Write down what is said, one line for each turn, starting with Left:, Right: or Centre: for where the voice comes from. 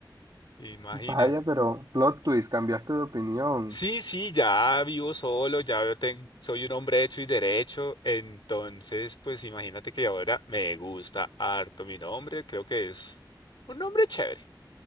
Left: imagina.
Right: Vaya, pero plot twist, cambiaste de opinión.
Left: Sí, sí, ya vivo solo, ya yo ten- soy un hombre hecho y derecho, entonces pues imagínate que ahora me gusta harto mi nombre, creo que es un nombre chévere.